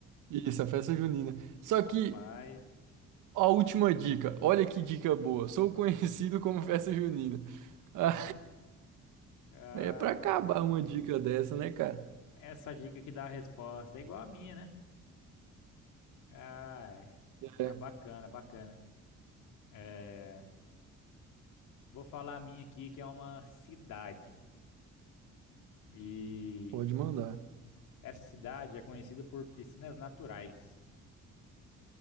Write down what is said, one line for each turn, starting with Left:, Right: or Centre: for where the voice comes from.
Right: Isso, a festa junina. Só
Left: Rapaz,
Right: que a última dica, olha que dica boa. Sou <laughs> conhecido como festa junina. Ah,
Left: ai,
Right: é pra acabar
Left: ai.
Right: uma dica dessa, né, cara?
Left: Essa dica que dá a resposta é igual a minha, né? Ai,
Right: É,
Left: ah, bacana, bacana. É, vou falar a minha aqui, que é uma cidade. E
Right: pode mandar.
Left: essa cidade é conhecida por piscinas naturais.